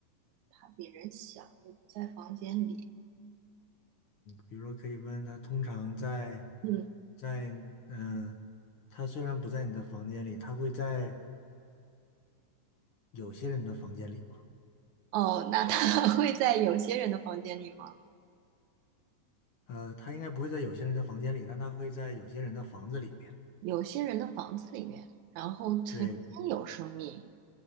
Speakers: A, on the right; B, on the left.
A: 他比人小，又不在房间里。
B: 比如说可以问他，通常在
A: 嗯，
B: 在嗯，呃他虽然不在你的房间里，他会在有些人的房间里吗？
A: 哦，那他 <laughs> 会在有些人的房间里吗？
B: 呃，他应该不会在有些人的房间里，但他会在有些人的房子里面。
A: 有些人的房子里面，然后曾经有生命，
B: 对，